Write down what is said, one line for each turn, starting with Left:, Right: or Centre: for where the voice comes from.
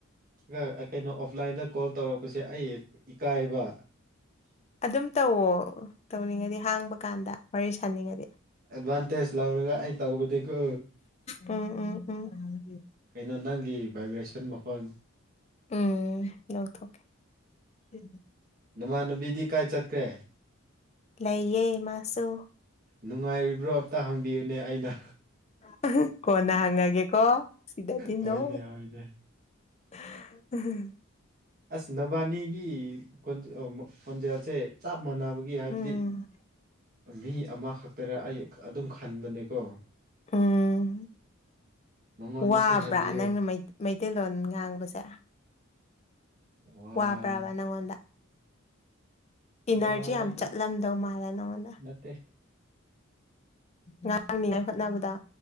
Right: ꯑꯥ ꯀꯩꯅꯣ ꯑꯣꯐꯂꯥꯏꯟꯗ ꯀꯣꯜ ꯇꯧꯔꯛꯄꯁꯦ ꯑꯩ ꯏꯀꯥꯏꯕ
Left: ꯑꯗꯨꯝ ꯇꯧꯋꯣ ꯇꯧꯅꯤꯡꯉꯗꯤ ꯍꯥꯡꯕ ꯀꯥꯟꯗ ꯋꯥꯔꯤ ꯁꯥꯥꯟꯅꯤꯡꯉꯗꯤ
Right: ꯑꯦꯗꯚꯥꯟꯇꯦꯖ ꯂꯧꯔꯒ ꯑꯩ ꯇꯧꯕꯗꯤ ꯀꯣ
Left: ꯎꯝ ꯎꯝ ꯎꯝ
Right: ꯀꯩꯅꯣ ꯅꯪꯒꯤ ꯚꯥꯏꯕ꯭ꯔꯦꯁꯟ ꯃꯈꯣꯟ
Left: ꯎꯝ ꯂꯧꯊꯣꯛꯀꯦ ꯎꯝ
Right: ꯅꯃꯥꯟꯅꯕꯤꯗꯤ ꯀꯥꯏ ꯆꯠꯈ꯭ꯔꯦ
Left: ꯂꯩꯌꯦ ꯃꯥꯁꯨ
Right: ꯅꯨꯡꯉꯥꯏꯔꯤꯕ꯭ꯔꯣ ꯑꯝꯇ ꯍꯪꯕꯤꯌꯨꯅꯦ ꯑꯩꯅ
Left: <unintelligible> ꯀꯣꯟꯅ ꯍꯪꯉꯒꯦꯀꯣ ꯁꯤꯗꯗꯤ
Right: ꯍꯣꯏꯅꯦ
Left: ꯅꯣ
Right: ꯍꯣꯏꯅꯦ
Left: <unintelligible>
Right: ꯑꯁ ꯅꯕꯥꯅꯤꯒꯤ ꯈꯣꯟꯖꯦ ꯑꯣ ꯃꯛ ꯈꯣꯟꯖꯦꯜꯁꯦ ꯆꯞ ꯃꯥꯟꯅꯕꯒꯤ ꯍꯥꯏꯕꯗꯤ
Left: ꯎꯝ
Right: ꯃꯤ ꯑꯃꯈꯛ ꯇꯔꯥ ꯑꯩ ꯑꯗꯨꯝ ꯈꯟꯕꯅꯦꯀꯣ
Left: ꯎꯝ
Right: ꯃꯉꯣꯟꯗꯁꯨ
Left: ꯋꯥꯕ꯭ꯔꯥ
Right: ꯍꯥꯏꯕꯤꯌꯨ
Left: ꯅꯪꯅ ꯃꯩ ꯃꯩꯇꯩꯂꯣꯟ ꯉꯥꯡꯕꯁꯦ
Right: ꯋꯥꯟ
Left: ꯋꯥꯕ꯭ꯔꯕ ꯅꯪꯉꯣꯟꯗ ꯏꯅꯔꯖꯤ
Right: ꯋꯥꯏꯗ
Left: ꯌꯥꯝ ꯆꯠꯂꯝꯗꯧ ꯃꯥꯜꯂꯦ ꯅꯉꯣꯟꯗ
Right: ꯅꯠꯇꯦ
Left: ꯉꯥꯡꯅꯤꯉꯥꯏ ꯍꯣꯠꯅꯕꯗ